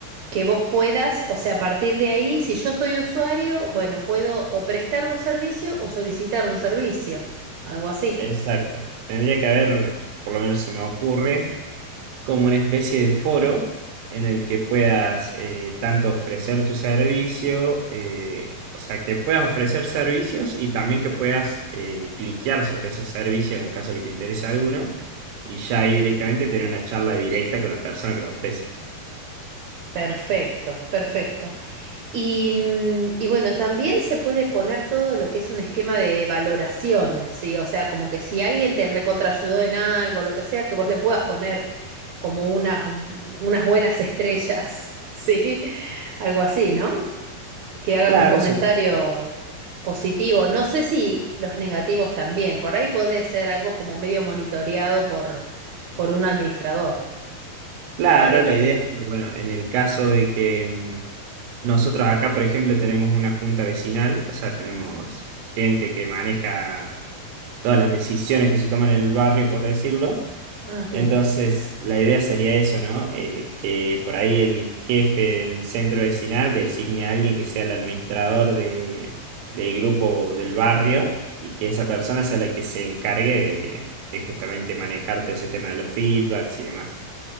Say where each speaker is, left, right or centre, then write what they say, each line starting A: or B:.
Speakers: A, on the right (about 65°); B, on the right (about 80°).
A: que vos puedas, o sea, a partir de ahí, si yo soy usuario, bueno, puedo o prestar un servicio o solicitar un servicio, algo así.
B: Exacto. Tendría que haber, por lo menos se me ocurre, como una especie de foro en el que puedas eh, tanto ofrecer tu servicio, eh, o sea, que puedas ofrecer servicios y también que puedas eh, cliquear sobre esos servicios en caso que te interese alguno y ya ahí directamente tener una charla directa con la persona que lo ofrece.
A: Perfecto, perfecto. Y, mm, y bueno, también se puede poner todo lo que es un esquema de valoraciones, ¿sí? O sea, como que si alguien te recontraayudó en algo, lo que sea, que vos le puedas poner como unas, unas buenas estrellas, <laughs> ¿sí? Algo así, ¿no? Que hagas
B: Claro,
A: un comentario
B: se-
A: positivo. No sé si los negativos también. Por ahí puede ser algo como medio monitoreado por, por un administrador.
B: claro,
A: Para que.
B: la idea es que, bueno, en el caso de que mm, nosotros acá, por ejemplo, tenemos una junta vecinal, o sea, tenemos gente que maneja todas las decisiones que se toman en el barrio, por decirlo.
A: Ah, bien.
B: Entonces, la idea sería eso, ¿no? Eh, que por ahí el jefe del centro vecinal designe a alguien que sea el administrador de, del grupo del barrio y que esa persona sea la que se encargue de, de justamente manejar todo ese tema de los feedbacks y demás.